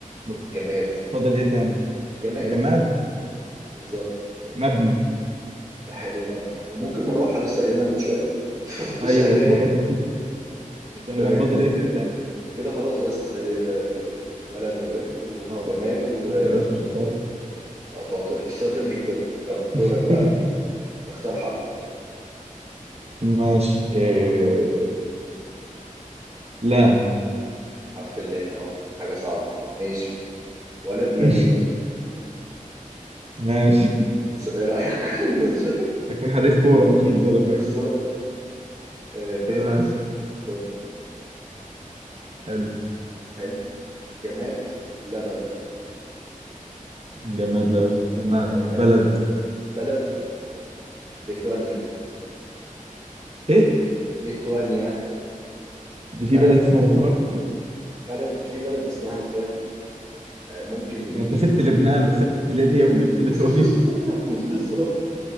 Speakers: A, on the right; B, on the right.
A: مر-
B: جماد
A: فاضل ايه تاني
B: جماد
A: جماد
B: بالظبط
A: مبنى
B: حلو مبنى وممكن مروحه لسه قايلينها من شويه <laughs>
A: ايوه
B: شغال
A: مرة تمام
B: تمام
A: فاضل ايه كده تاني
B: كده خلاص بس هي كده ولد وبنت وجماد
A: طب
B: وشاطر
A: شفت يا باشا الشطارة
B: شاطر شاطر جدا طب دورك
A: <laughs>
B: بقى اختار حرف
A: ماشي إيه... لام
B: حرف اللام اه حاجة صعبة ماشي ولد
A: <laughs>
B: لمين
A: ماشي
B: س- ايه رأيك <laughs>
A: اكون حريف كورة اكيد ده لما
B: بالظبط
A: اجي
B: آه، بنت
A: تمام
B: لبنى
A: حلو
B: حلو جماد لبن
A: جماد لبن تمام
B: تمام
A: بلد
B: بلد ليتوانيا
A: ايه
B: ليتوانيا
A: دي في
B: بلد
A: بلد اسمها ليتوانيا يعني
B: بلد في بلد اسمها ليتوانيا آه، ممكن نجيب
A: انت سبت لبنان
B: آه،
A: وسبت ليبيا وجبت ليتوانيا
B: <laughs> بالظبط